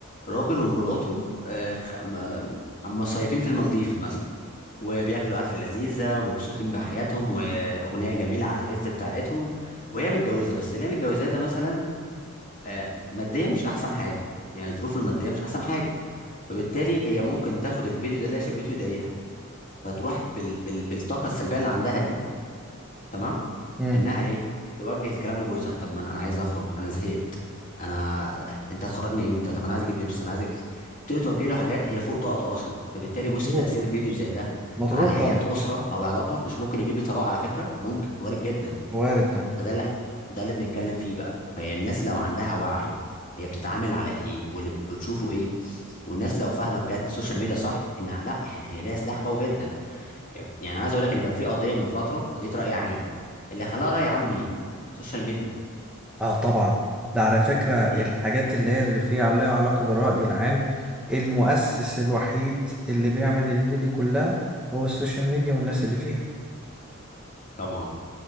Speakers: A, on the left; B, in the centre.
A: راجل ومراته آه، خ- م- أم مصيفين في المالديف مثلا وبياكلوا أكلة لذيذة ومبسوطين بحياتهم وأغنية جميلة على الريلز بتاعتهم وهي متجوزة بس اللي هي متجوزاه ده مثلا آه، ماديا مش احسن حاجه يعني الظروف الماديه مش احسن حاجه فبالتالي هي ممكن تاخد الفيديو ده اللي هي شافته يضايقها فتروح بال... بال... بالطاقه السلبيه اللي عندها دي تمام
B: مم.
A: انها ايه توجه الكلام لجوزها طب ما انا عايز اخرج انا زهقت انا انت هتخرجني امتى طب انا عايز اجيب لبس انا عايز أجيب... تبتدي توجه له حاجات هي فوق طاقته اصلا فبالتالي
B: مظبوط
A: بص تاثير فيديو زي ده
B: مضغوط
A: على حياه
B: طبعا
A: اسره او علاقه مش ممكن يجيب لي طلاق على فكره ممكن وارد جدا
B: وارد طبعا
A: فده اللي ده اللي بنتكلم فيه بقى فهي الناس لو عندها وعي هي بتتعامل على ايه واللي بتشوفه ايه والناس لو فاهمه بجد السوشيال ميديا صح احنا لا احنا هي ليها سلاح قوي جدا يعني عايز اقول لك ان كان في قضيه من فتره قضيه راي عام اللي خلاها راي عام مين السوشيال ميديا
B: اه طبعا ده على فكرة الحاجات
A: إيه؟
B: اللي هي اللي فيها عليها علاقة بالرأي العام المؤسس الوحيد اللي بيعمل الليلة دي كلها هو السوشيال ميديا والناس اللي فيها
A: طبعا